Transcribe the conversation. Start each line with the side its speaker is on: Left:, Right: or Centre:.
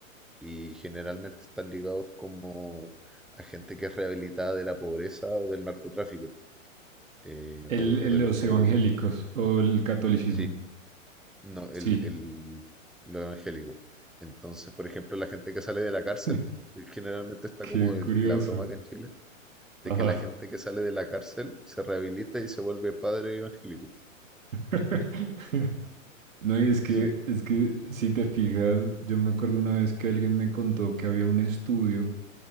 Centre: y generalmente están ligados como a gente que es rehabilitada de la pobreza o del narcotráfico eh,
Right: El,
Centre: o,
Right: el-
Centre: o de
Right: los
Centre: los robos.
Right: evangélicos o el catolicismo.
Centre: Sí, no,
Right: Sí,
Centre: el, el, lo evangélico. Entonces, por ejemplo, la gente que sale de la cárcel,
Right: <laughs>
Centre: eh, generalmente está
Right: qué
Centre: como el-
Right: curioso.
Centre: la broma acá en Chile de
Right: Ajá.
Centre: que la gente que sale de la cárcel se rehabilita y se vuelve padre evangélico.
Right: <laughs> No, y es que,
Centre: Sí,
Right: es que si te fijas, yo me acuerdo una vez que alguien me contó que había un estudio